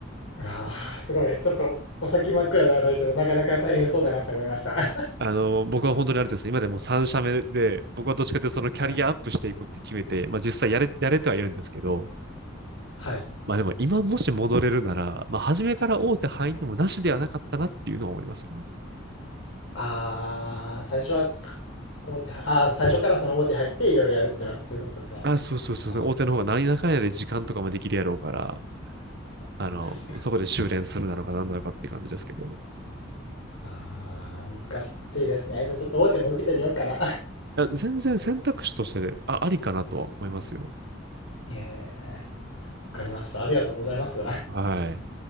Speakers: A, on the left (about 90°); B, on the right (about 55°).
A: うわあ、すごい。ちょっとお先真っ暗ではないけど、なかなか大変そうだなって思いました。<laughs> は
B: あの、僕は本当にあれですね、今でも3社目で、僕はどっちかというとそのキャリアアップしていくって決めて、
A: い。
B: まあ実際やれ、やれてはいるんですけど、
A: はい。
B: まあでも今もし戻れるなら、まあ初めから大手入ってもなしではなかったなっていうのは思いますよね。
A: ああ、最初はか、大手は、ああ、最初からその大手入っていろいろやるっていうのは、そういうことですね。
B: あ、そうそうそう。
A: ああ、
B: 大手の方が何やかんやで時間とかもできるやろうから、あの、
A: 確かに。
B: そこで修練するなのか何なのかって感じですけど。
A: ああ、難しいですね。じゃあちょっと大手も受けてみようかな。
B: いや、全然選択肢として、あ、ありかなとは思いますよ。
A: <laughs> ええ、わかりました。ありがとうございます。
B: はい。